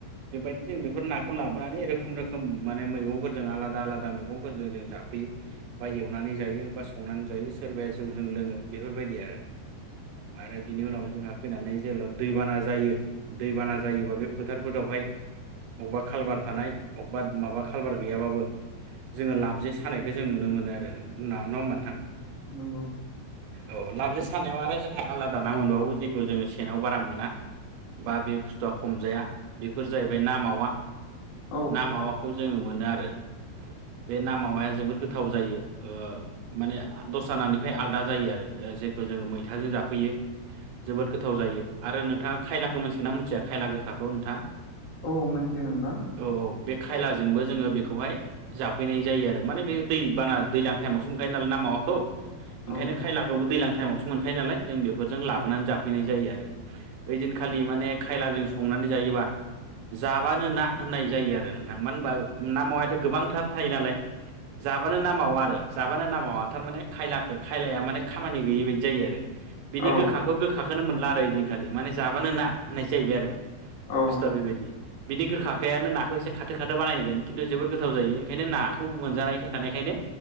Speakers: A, on the right (about 85°); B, on the left (about 70°).
A: जों बेफोर नाफोरखौ लाबोनानै रोखोम रोखोम माने मैगंफोर जों आलादा आलादा मैगंफोरजों जों जाफैयो बा एवनानै जायो बा सोरबाया संनानै जायो सोरबाया जौजों लोङो बेफोर बायदि आरो आरो बिनि उनाव जोंहा फैनानै जेला दैबाना जायो दैबाना जायोबा बे फोथारफोरावहाय अबावबा खालभार थानाय अबावबा माबा गुवार गैयाबाबो जोङो लाबजे सानायखौ जों नुनो मोनो आरो नङा होमबा नोंथां
B: नंगौ
A: औ लाबजे सानायाव आरो जोंहा आलादा ना मोनबावो जेखौ जोङो सेनाव बारा मोना बा बे बुस्थुआ हमजाया बेफोर जाहैबाय ना मावा।
B: औ
A: ना मा खौ जों जोङो मोननो आरो आरो बे नामाया जोबोद गोथाव जायो ओ माने दस्रा नानिफ्राय आलादा जायो आरो जेखौ जोङो मैथाजों जाफैयो जोबोद गोथाव जायो आरो नोंथाङा खायलाखौ मिथिगोन ना मिथिया खायला गोखाखौ नोंथाङा?
B: औ मोनथियो नोंथां
A: औ बे खायलाजोंबो जोङो बेखौ बेखौहाय जाफैनाय जायो आरो माने बे दै बाना दैज्लां टाइमावसो मोनखायो नालाय ना मावाखौ ओंखायनो
B: औ
A: खायलाखौबो दैज्लां टाइमावसो मोनखायो नालाय जों बेफोरजों लाबोनानै जाफैनाय जायो आरो ओइ दिनखालि माने खायलाजों संनानै जायोबा जाबानो ना होननाय जायो आरो नोंथां मानो होनबा ना माव <unintelligible> गोबांथार थायो नालाय जाबानो नामावा आरो जाबानो नामावा थारमाने खायलाखौ खायलाया माने खामानि गैयै बायदि जायो आरो। बिनि
B: औ
A: गोखाखौ गोखा खौनो मोनला आरो ओदिनखालि माने जाबानो ना होननाय जैबाय आरो
B: औ
A: बुस्थुआ बेबायदि बिनि गोखाखानो नाखौसेो खाो बानायोन ज गोथाव जायो ओंखायनो नाखौ मोनजानायाय थानायखायनो